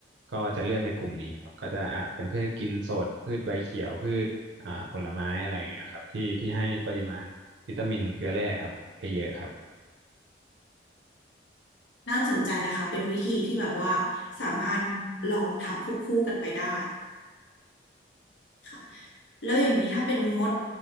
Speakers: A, on the right; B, on the left.
A: ก็จะเลือกในกลุ่มนี้ครับก็จะอาจเป็นพืชกินสดพืชใบเขียวพืชอ่าผลไม้อะไรอย่างเงี้ยครับที่ที่ให้ปริมาณวิตามินเกลือแร่ครับเยอะๆครับ
B: น่าสนใจนะคะเป็นวิธีที่แบบว่าสามารถลองทำควบคู่กันไปได้ค่ะแล้วอย่างนี้ถ้าเป็นงด